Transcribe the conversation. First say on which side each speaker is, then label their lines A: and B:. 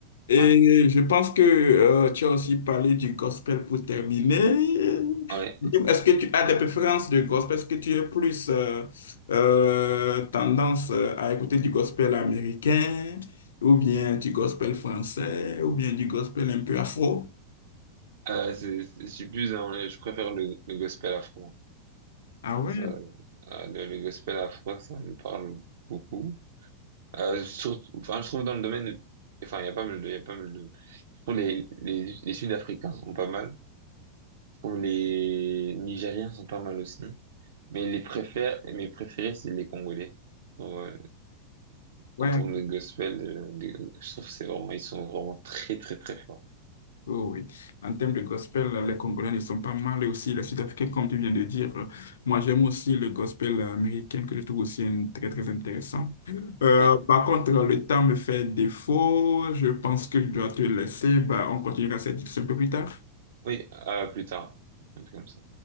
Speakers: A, on the left (about 65°); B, on the right (about 60°).
A: Et
B: Ouais,
A: je pense que euh, tu as aussi parlé du gospel pour terminer.
B: ouais.
A: Est-ce que tu as des préférences de gospel? Est-ce que tu es plus euh, euh, tendance euh, à écouter du gospel américain ou bien du gospel français ou bien du gospel un peu afro?
B: Euh, c'est, c'est- je suis plus dans le- je préfère le, le gospel afro.
A: Ah
B: Ça,
A: ouais,
B: ça, euh, le, le gospel afro, ça me parle beaucoup. Euh, surtout- enfin, je trouve dans le domaine, enfin, il y a pas mal de, il y a pas mal de, je trouve les, les, les Sud-Africains sont pas mal. Je trouve les Nigériens sont pas mal aussi. Mais les préfères, mes préférés, c'est les Congolais. Ouais,
A: ouais.
B: En termes de gospel, euh, les- je trouve que c'est vraiment, ils sont vraiment très très très forts.
A: Oh oui. En termes de gospel, les Congolais ne sont pas mal et aussi les Sud-Africains, comme tu viens de dire. euh, Moi, j'aime aussi le gospel américain que je trouve aussi un- très, très intéressant. Euh,
B: Ouais.
A: par contre, le temps me fait défaut. Je pense que je dois te laisser. Bah, on continuera cette discussion un peu plus tard.
B: Oui, à plus tard. Un peu comme ça.